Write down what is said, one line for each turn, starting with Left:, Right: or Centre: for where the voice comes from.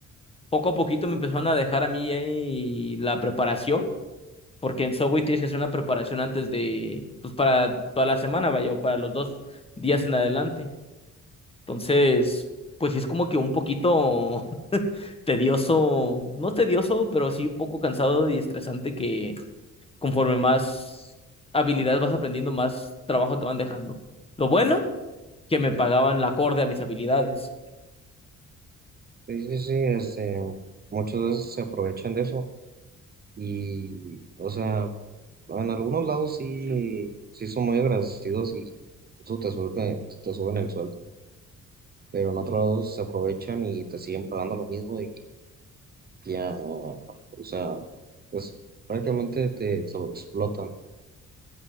Left: poco a poquito me empezaron a dejar a mí ahí la preparación porque en Subway tienes que hacer una preparación antes de, pues para toda la semana, vaya, o para los dos días en adelante. Entonces, pues sí es como que un poquito <laughs> tedioso, no tedioso, pero sí un poco cansado y estresante que conforme más habilidades vas aprendiendo, más trabajo te van dejando. Lo bueno, que me pagaban la acorde a mis habilidades.
Right: Sí, sí, sí, este, muchas veces se aprovechan de eso y, o sea, en algunos lados sí, sí son muy agradecidos y eso te suelta- te suben el sueldo, pero en otros lados se aprovechan y te siguen pagando lo mismo y ya, o sea, pues prácticamente te sobreexplotan.